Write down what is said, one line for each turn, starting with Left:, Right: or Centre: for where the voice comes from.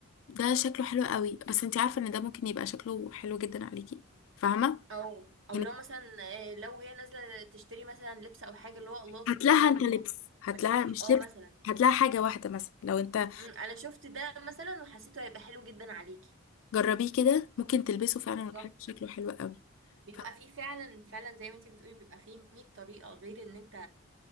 Left: ده شكله حلو قوي بس انت عارفة ان ده ممكن يبقى شكله حلو جدا عليكي فاهمة
Right: او او
Left: يعني
Right: لو مثلا آه، لو هي نازلة تشتري مثلا لبس او حاجة اللي هو الله طب
Left: هات
Right: مثلا
Left: لها انت لبس هات
Right: ما تشوفي
Left: لها مش
Right: اه
Left: لبس
Right: مثلا
Left: هات لها حاجة واحدة مثلا لو انت
Right: مم، انا شفت ده مثلا وحسيته هيبقى حلو جدا عليكي
Left: جربيه كده ممكن تلبسه فعلا
Right: بالظبط
Left: وتحس شكله حلو قوي
Right: بيبقى
Left: ف-
Right: فيه فعلا فعلا زي ما انتي بتقولي بيبقى فيه 100 طريقة غير ان انت